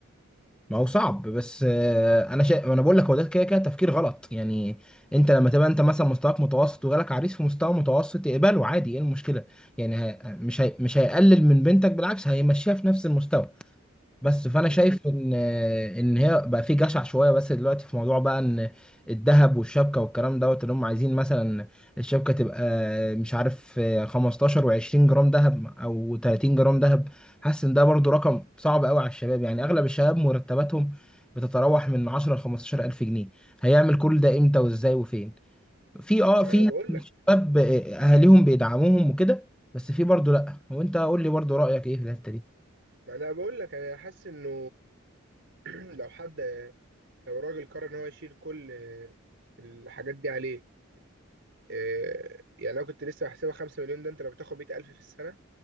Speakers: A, in the centre; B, on the right (about 60°).
A: ما هو صعب بس آه، انا شا... انا بقول لك هو ده كده كده تفكير غلط يعني انت لما تبقى انت مثلا مستواك متوسط وجالك عريس في مستوى متوسط اقبله عادي ايه المشكله يعني ه... مش هي... مش هيقلل من بنتك بالعكس هيمشيها في نفس المستوى بس فانا
B: امم
A: شايف ان ان هي بقى في جشع شويه بس دلوقتي في موضوع بقى ان الذهب والشبكه والكلام دوت اللي هم عايزين مثلا الشبكه تبقى مش عارف 15 و20 جرام ذهب او 30 جرام ذهب حاسس ان ده برضو رقم صعب قوي على الشباب يعني اغلب الشباب مرتباتهم بتتراوح من 10 ل 15 الف جنيه هيعمل كل ده امتى وازاي وفين في
B: ما
A: اه في
B: بقول لك
A: شباب اهاليهم بيدعموهم وكده بس في برضو لا وانت قول لي برضو رايك ايه في الحته دي
B: ما انا بقول لك انا حاسس انه <clears throat> لو حد لو راجل قرر ان هو يشيل كل الحاجات دي عليه آه، يعني انا كنت لسه بحسبها 5 مليون ده انت لو بتاخد 100000 في السنه